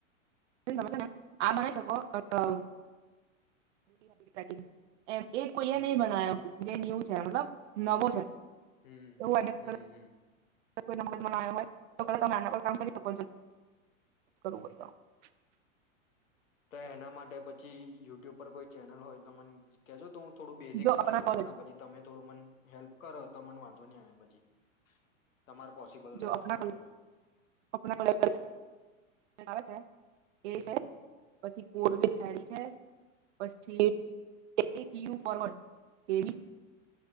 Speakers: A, on the right (about 60°); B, on the left (about 80°).
A: <inaudible> છે ને આ બનાઈ શકો અથવા <inaudible> એમ એ કોઈ
B: હમ
A: એ નહી બનાયો. જે ન્યુ છે મતલબ નવો છે.
B: હમ્મ હમ્મ
A: એવું આઈડિયા
B: હમ્મ હમ્મ.
A: <inaudible>
B: તો એના માટે પછી યુટ્યુબ પર કોઈ ચેનલ હોય તો મને કેજો તો હું થોડું બેઝિક
A: જો
B: શીખી
A: અપના
B: લવ
A: કોલેજ
B: અને પછી તમે થોડું મન હેલ્પ કરો તો મને વાંધો નહી આવે પછી. તમારે પોસિબલ
A: જો
B: થાય
A: આપણા
B: તો મતલબ
A: કોલ
B: એમ
A: આપણા કોલેજ <inaudible> આવે <unintelligible> <inaudible>
B: હમ હમ
A: <inaudible> યુ ફોરવર્ડ એવી